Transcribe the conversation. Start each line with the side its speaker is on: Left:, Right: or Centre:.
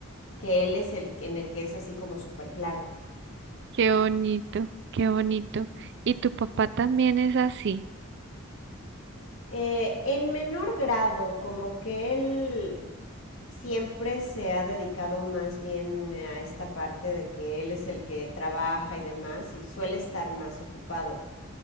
Left: que él es el en el que es así como súper claro.
Right: Qué bonito, qué bonito. Y tu papá también es así,
Left: Eh, en menor grado, como que él siempre se ha dedicado más bien a esta parte de que él es el que trabaja y demás y suele estar más ocupado.